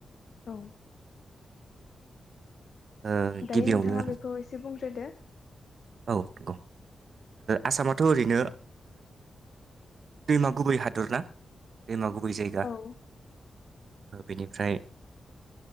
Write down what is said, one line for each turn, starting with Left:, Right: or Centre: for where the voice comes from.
Left: औ
Right: ओ
Left: दायो
Right: गिबियावनो
Left: नोंथाङा बेखौ एसे बुंग्रोदो।
Right: औ नंगौ आसामाथ' ओरैनो दैमा गुबै हादर ना दैमा गुबै? बै जायगा।
Left: औ
Right: बेनिफ्राय